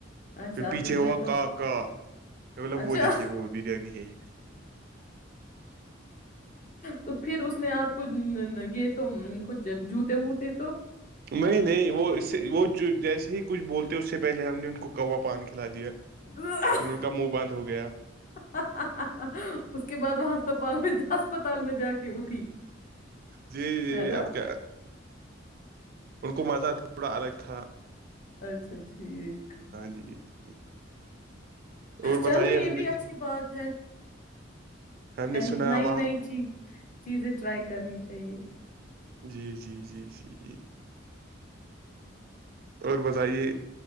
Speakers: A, on the left; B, on the right.
A: اچھا
B: پھر
A: آپ
B: پیچھے
A: نے بولے
B: ہوا
A: تو
B: کا کا مطلب
A: اچھا
B: وہ دیکھیے وہ بریانی ہے یہ
A: تو پھر اس نے آپ کو یہ تو کچھ جوتے وتے
B: نہیں نہیں وہ اس سے وہ جیسے ہی کچھ بولتے اس سے پہلے ہم نے ان کو کوا پان کھلا دیا
A: اہ اہ
B: پھر ان کا منہ بند ہو گیا
A: اہ اس کے بعد وہاں <unintelligible> ہسپتال میں جا کے اٹھی
B: جی جی
A: ہینا
B: اب کیا ان کو مزہ تھوڑا الگ تھا
A: اچھا ٹھیک
B: جی <unintelligible> اور
A: چلو
B: بتائیے
A: یہ
B: ہم
A: بھی
B: نے
A: اچھی بات ہے
B: ہم
A: پہل
B: نے سنا
A: نئی
B: وہاں
A: نئی چیز چیزیں ٹرائی کرنی چاہیے
B: جی جی جی <unintelligible> اور بتائیے